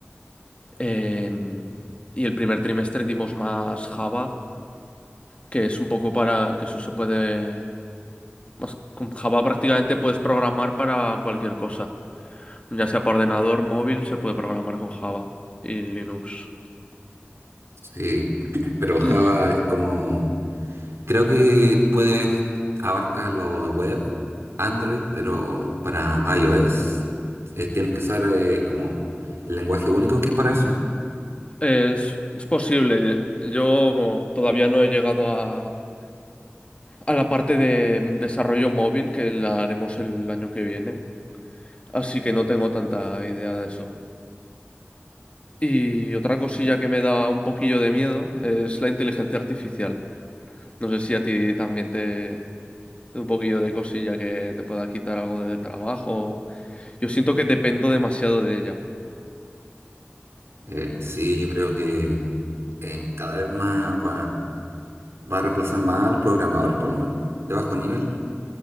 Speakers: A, on the left; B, on the right.
A: eh, y el primer trimestre dimos más Java que es un poco para que eso se puede más con Java prácticamente puedes programar para cualquier cosa, ya sea para ordenador, móvil, se puede programar con Java y Linux.
B: Sí, <laughs> pero
A: L-
B: Java es como Creo que puedes abarca lo de web, Android, pero para iOS eh, tienes que usar eh, como el lenguaje único que es para eso.
A: Es, es posible. Yo como todavía no he llegado a, a la parte de desarrollo móvil que la haremos el año que viene, así que no tengo tanta idea de eso. Y otra cosilla que me da un poquillo de miedo es la inteligencia artificial. No sé si a ti también te Un poquillo de cosilla que te pueda quitar algo de trabajo. Yo siento que dependo demasiado de ella.
B: Eh, sí, yo creo que eh, cada vez más va, va a reemplazar más a los programadores, por lo menos, de bajo nivel.